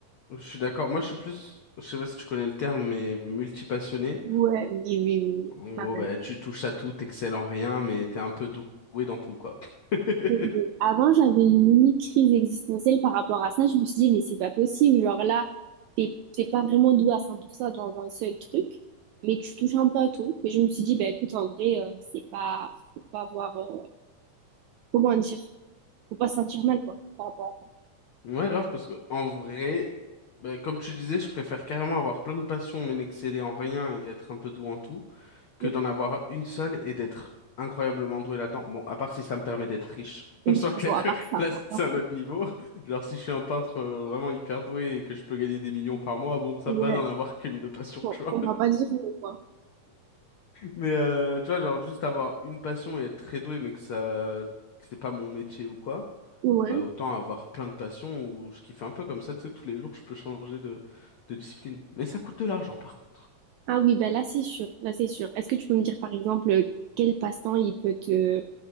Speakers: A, on the left (about 85°); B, on the right (about 85°).
A: Je suis d'accord. Moi, je suis plus, je sais pas si tu connais le terme, mais multipassionné.
B: Ouais, oui, oui, oui. oui.
A: En
B: Pareil.
A: gros, bah, tu touches à tout, t'excelles en rien, mais t'es un peu doué dans tout, quoi. <laughs>
B: Et Avant, j'avais une limite crise existentielle par rapport à ça. Je me suis dit, mais c'est pas possible. Genre là, t'es t'es pas vraiment doué à 100% dans un seul truc, mais tu touches un peu à tout. Mais je me suis dit, bah écoute, en vrai, euh, c'est pas, faut pas avoir, euh, comment dire, faut pas se sentir mal, quoi, par rapport à
A: Ouais, grave, parce que en vrai, bah, comme tu disais, je préfère carrément avoir plein de passions, mais n'exceller en rien et être un peu doué en tout, que
B: ça.
A: d'en avoir une seule et d'être incroyablement doué là-dedans. Bon, à part si ça me permet d'être riche. <laughs> On
B: <laughs>
A: soit clair,
B: Bon, à part
A: <laughs>
B: ça,
A: là
B: à
A: c'est
B: part
A: un autre niveau. Genre si je suis un peintre euh, vraiment hyper doué et que je peux gagner des millions par mois, bon ça
B: ouais,
A: me va d'en avoir qu'une de passion,
B: bon,
A: tu vois.
B: on va pas dire non, quoi.
A: Mais euh, tu vois, genre juste avoir une passion et être très doué, mais que ça, que c'est pas mon métier ou quoi,
B: Ouais.
A: bah autant avoir plein de passions où je kiffe un peu comme ça, tu sais, tous les jours je peux changer de, de discipline. Mais ça coûte de l'argent par contre.
B: Ah oui, bah là, c'est sûr. Là, c'est sûr. Est-ce que tu peux me dire, par exemple, quel passe-temps il peut te